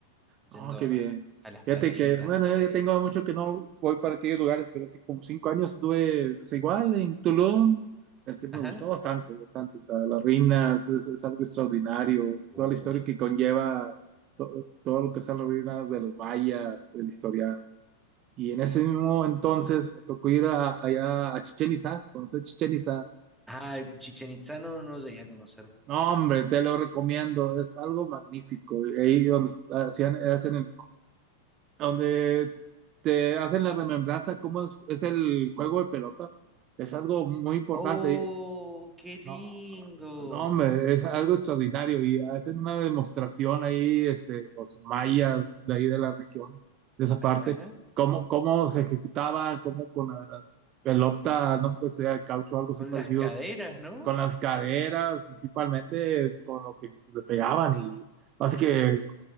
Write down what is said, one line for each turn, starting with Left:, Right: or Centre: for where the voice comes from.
Centre: yendo
Right: Ah, qué
Centre: a,
Right: bien.
Centre: a las
Right: Fíjate
Centre: playitas
Right: que, bueno,
Centre: de por
Right: yo
Centre: ahí.
Right: ya tengo mucho que no voy para aquellos lugares, pero hace como cinco años estuve pues, igual en Tulum. Este, me
Centre: Ajá.
Right: gustó bastante, bastante. O sea, las ruinas es, es algo extraordinario.
Centre: Uy.
Right: Toda la historia que conlleva to- todo lo que son las ruinas de los mayas, del historial. Y en ese mismo entonces me tocó ir a- allá a Chichén Itzá, conocer Chichén Itzá.
Centre: Ah, Chichen Itzá no, no llegué a conocer.
Right: No, hombre, te lo recomiendo. Es algo magnífico. Ahí donde está- hacían, hacen el donde te hacen la remembranza cómo es, es el juego de pelota. Es algo muy importante.
Centre: ¡Oh, qué lindo!
Right: No, no, hombre, es algo extraordinario y hacen una demostración ahí, este, los mayas de ahí de la región, de esa parte,
Centre: Ajá.
Right: cómo, cómo se ejecutaba, cómo con la pelota, no me acuerdo si era de caucho o algo
Centre: Con
Right: así parecido,
Centre: las caderas, ¿no?
Right: con las caderas principalmente, es con lo que le pegaban y así que